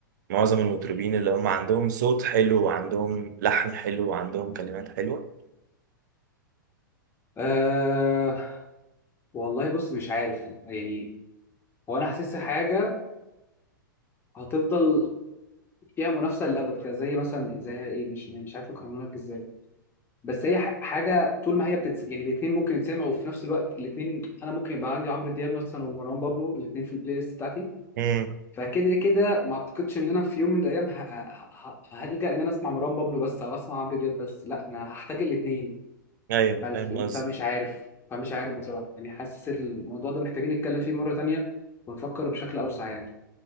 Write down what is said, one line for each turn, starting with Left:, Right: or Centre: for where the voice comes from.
Right: معظم المطربين اللي هم عندهم صوت حلو وعندهم لحن حلو وعندهم كلمات حلوة
Left: أه والله بص مش عارف يعني هو انا حاسسها حاجه هتفضل فيها منافسه للابد كده زي مثلا زي ايه مش يعني مش عارف اقارنها لك ازاي بس هي ح- حاجه طول ما هي بتتس... يعني الاثنين ممكن يتسمعوا وفي نفس الوقت الاثنين انا ممكن يبقى عندي عمرو دياب مثلا ومروان بابلو الاثنين في البلاي ليست بتاعتي
Right: امم
Left: فكده كده ما اعتقدش ان انا في يوم من الايام ه... ه... ه... هلجأ ان انا اسمع مروان بابلو بس او اسمع عمرو دياب بس لا انا هحتاج الاثنين
Right: ايوه
Left: فالف-
Right: فاهم قصدي
Left: فمش عارف فمش عارف بصراحة يعني حاسس الموضوع ده محتاجين نتكلم فيه مرة تانية ونفكر بشكل أوسع يعني